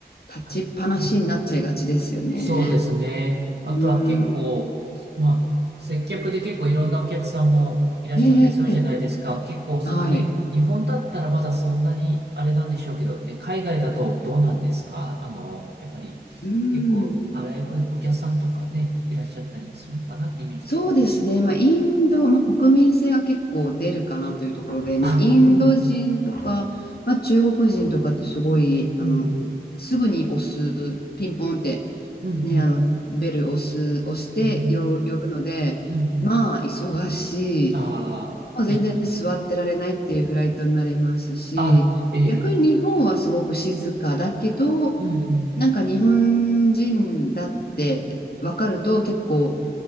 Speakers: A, on the left; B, on the right.
A: 立ちっぱなしになっちゃいがちですよね。
B: あうんそうですね。あとは結構、
A: うん。
B: まあ、接客で結構いろんなお客さんもいらっしゃったりするじゃないですか。
A: ええ
B: 結構そのね、
A: はい。
B: 日本だったらまだそんなにあれなんでしょうけど、ね、海外だとどうなんですかあの、やっぱり結構あらゆるお客さんとかね、
A: うん。
B: いらっしゃったりするのかなってイメージあったりする。
A: そうですね。まあ、インド、まあ、国民性が結構出るかなというところで、まあ、
B: あ、
A: インド人とか、
B: うん、
A: まあ、中国人とかってすごい、あの、
B: うん、うん、
A: すぐに押す、ピンポンって、
B: うん、うん、
A: ね、あの、ベル押す、押してよ呼ぶので、
B: うん、うん、うん。
A: まあ、忙しい。
B: ああ、
A: もう全然座ってられないっていうフライトになりますし、
B: い、あ、ええ、
A: 逆に日本はすごく静かだけど、
B: うん、うん。
A: なんか日本人だって分かると結構、